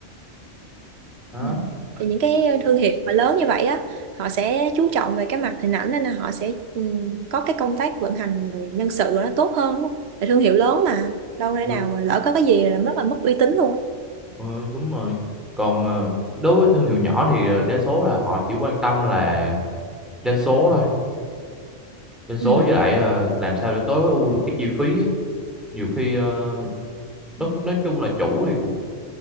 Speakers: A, in the centre; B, on the right (about 60°).
A: đó
B: Ừ. Thì những cái thương hiệu mà lớn như vậy á họ sẽ chú trọng về cái mặt hình ảnh nên là họ sẽ ừm, có cái công tác vận hành rồi nhân sự nó tốt hơn đúng không? Tại thương hiệu lớn mà đâu thể
A: Ừ,
B: nào mà lỡ có cái gì là rất là mất uy tín luôn.
A: ờ, đúng rồi còn ờ, đối với thương hiệu nhỏ thì ờ, đa số là họ chỉ quan tâm là doanh số thôi doanh số
B: ừ
A: với lại ờ, làm sao để tối ưu được cái chi phí á. nhiều khi ờ, nó nói chung là chủ thì cũng